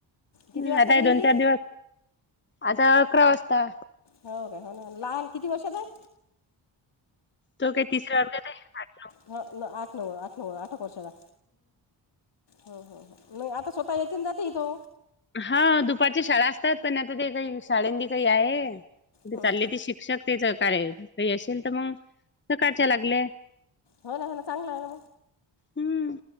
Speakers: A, on the left; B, on the left.
A: किती
B: हम्म,
A: वाजता
B: आता
A: घरी
B: हे दोन
A: येते
B: चार दिवस, आता अकरा वाजता.
A: हो काय, हो ना, लहान किती वर्षाचा हाय?
B: तो काय तिसऱ्या वर्गात हाय?
A: ह, आठ नव्, आठ नव्, आठेक वर्षाचा. हो, हो, नाही आता स्वतः येथेन जाते तो.
B: हा दुपारच्या शाळा असतात पण आता ते काही शाळेंदी काही आहे ते
A: हं.
B: चालले ती शिक्षक. तेच कार्य असेल तर मग सकाळच्या लागले.
A: हो ना हो ना चांगला आहे ना
B: हम्म